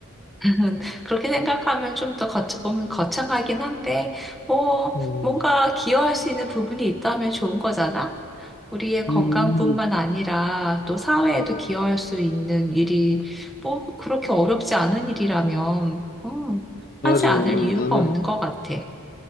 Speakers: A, in the centre; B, on the left.
A: <laughs> 그렇게 생각하면 좀 더 거창, 거창하긴 한데, 뭐,
B: 음,
A: 뭔가 기여할 수 있는 부분이 있다면 좋은 거잖아? 우리의 건강뿐만
B: 음.
A: 아니라 또 사회에도 기여할 수 있는 일이 뭐 그렇게 어렵지 않은 일이라면, 음,
B: 맞아.
A: 하지 않을 이유가
B: 나는,
A: 없는 것 같아.